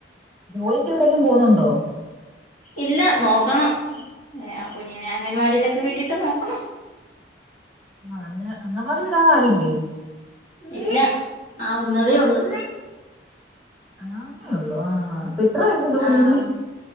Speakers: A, in the centre; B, on the left (about 40°).
A: ജോലിക്ക് എവിടെലും പോന്നുണ്ടോ
B: ഇല്ല നോക്കണം ഏ ആ കുഞ്ഞിനെ അംഗൻവാടിയിലൊക്കെ വീട്ടിട്ട് നോക്കണം
A: ആഹ് അ അംഗൻവാടി വിടാറായില്ലേ
B: ഇല്ല ആവുന്നതേയുള്ളൂ
A: ആവുന്നതേയുള്ളോ ആഹ് അപ്പൊ എത്ര വയസുണ്ട് കുഞ്ഞിന്
B: ആഹ്